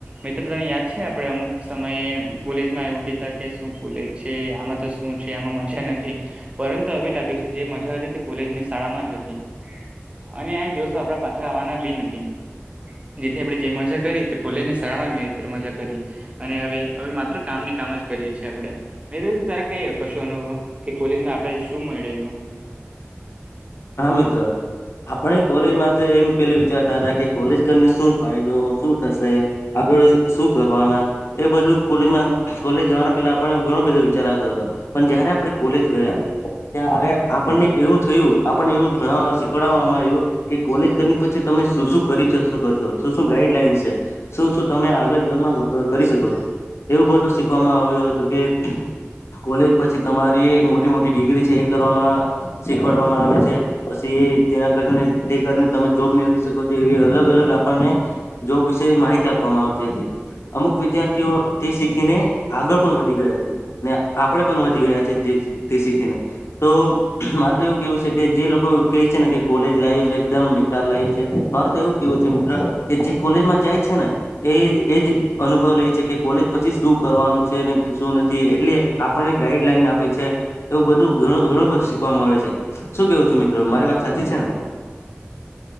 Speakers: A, on the right (about 25°); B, on the left (about 70°).
A: મિત્રતાને યાદ છે આપડે અમુક સમયે કોલેજમાં એવું કતા કે શું કોલેજ છે, આમાં તો શું છે આમાં મજા નથી પરંતુ હવે લાગે છે જે મજા હતી તે કોલેજની શાળામાં જ હતી. અને આ દિવસો આપડા પાછા આવવાના બી નથી. જેથી આપણે જે મજા કરી તે ખોલેને શાળામાં મે મજા કરી અને હવે હવે માત્ર કામ ની કામ જ કરીએ છીએ આપણે મિત્રો તારા કઈ કશો અનુભવ કે કોલેજમાં આપડે શું મળુ
B: હા મિત્ર આપણે કોલેજમાં એમ પેલા વિચારતા હતા કે કોલેજ કરીને શું ફાયદો શું થશે. આગળ શું કરવાના એ બધું કોલેજમાં કોલેજ જવાના પેલા ઘણો બધો વિચારતો હતો, પણ જયારે આપણે કોલેજ ગયા ત્યારે આપણને એવું થયું આપણને એવું ભણાવવા શીખવાડવામાં આવ્યુ કે કોલેજ કર પછી તમે શું શું કરી શકો છો શું શું ગાઈડલાઈન છે. શું શું તમે આગળ જીવનમાં કરી શકો છો એવું બધું શીખવામાં આવ્યું હતુ કે કોલેજ પછી તમારી મોટી મોટી ડિગ્રી છે, એ કરવામાં શીખવાડવામાં આવે છે. પછી ત્યાં કરીને તે કરીને તમે જોબ મેળવી શકો છો, એવી અલગ અલગ આપણને જોબ વિશે માહિતી આપવામાં આવતી હતી અમુક વિદ્યાર્થીઓ તે શીખીને આગળ પણ વધી ગયા છેને, આપણેે પણ વધી ગયા છે જે તે શીખીને તો મારેતો એવું કેવુ જે લોકો કહે છેને, કે કોલેજ લાઈફ એકદમ બેકાર લાઈફ છે, માર તો એવું કેવું છે મિત્ર કે જે કોલેજમાં જાય છેને. એ એજ અનુભવ લે છે કે કોલેજ પછી શું કરવાનું છે, ને શું નથી એટલે આપણને ગાઈડ લઈન આપે છે એવું બધું ઘણું બધું શીખવા મળે છે. શું કેવું છે મિત્ર મારી વાત સાચી છેને.